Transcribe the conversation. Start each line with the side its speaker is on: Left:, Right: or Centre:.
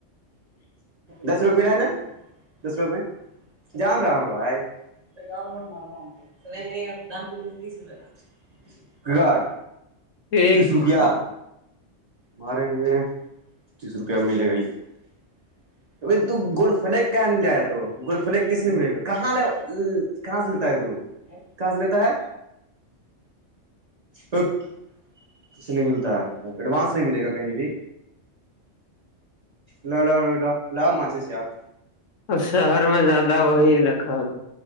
Right: دس روپے ملا ہے نا دس روپے میں جان رامل بھائی س دام پ تیس روپ کال گا
Left: ایک
Right: تیس روپیہ ماریں گے تیس روپیہ ملے گا یہ بائی گولڈ فلیک کہاں لے آیا تو گولڈ فلیک کیسے ملے گا کہاں ل کہاں سے لیتا ہے تو- کہ لیتا ہے اوکے کے نہیں ملتا ہے ایڈوانس نہیں ملے گا کہیں بھی ل لو لو لو لاو مھےس یاد
Left: اور شہر میں زیادہ وہی رکھا